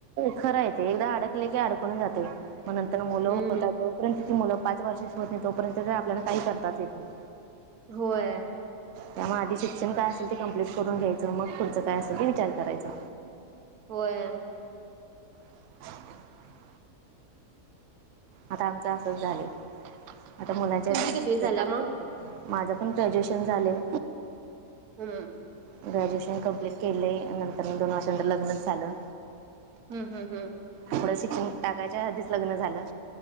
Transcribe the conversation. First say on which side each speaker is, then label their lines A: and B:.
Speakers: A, on the right; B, on the right.
A: खरंय ते. एकदा अडकले की अडकून जाते, मग नंतर मुलं
B: हम्म
A: होतात. जो पर्यंत त मुलं पाच वर्षाची होत नाही, तोपर्यंत आपल्याला काही करताच येत नाही.
B: होय.
A: त्यामुळे आधी शिक्षण काय असेल, ते कम्प्लीट करून घ्यायचं. मग पुढचं काय असेल ते विचार करायचा.
B: होय.
A: ह <unintelligible> आता आमचं असंच झालंय, आता मुलांच्या
B: तुमची
A: शिक्षण
B: कितवी झाल्या
A: आपूर्णय.
B: मग
A: माझं पण ग्रॅज्युएशन झालंय.
B: हम्म.
A: ग्रॅज्युएशन कम्प्लीट केलेयं. नंतर दोनवर्षां नंतर लग्नच झालं.
B: हम्म हम्म हम्म.
A: पुढ शिक्षण टाकायच्या आधीच लग्न झालं.